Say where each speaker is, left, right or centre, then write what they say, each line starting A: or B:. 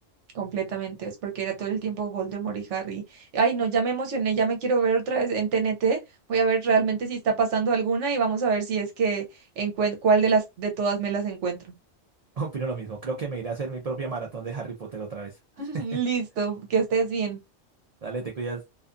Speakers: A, on the right; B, on the right.
A: Completamente, es porque era todo el tiempo Voldemort y Harry. Ay, no, ya me emocioné, ya me quiero ver otra vez en TNT. Voy a ver realmente si está pasando alguna y vamos a ver si es que encuentro cuál de las de todas me las encuentro.
B: <laughs> Opino lo mismo, creo que me iré a hacer mi propia maratón de Harry Potter otra vez. <laughs>
A: <laughs> Listo, que estés bien.
B: Dale, te cuidas.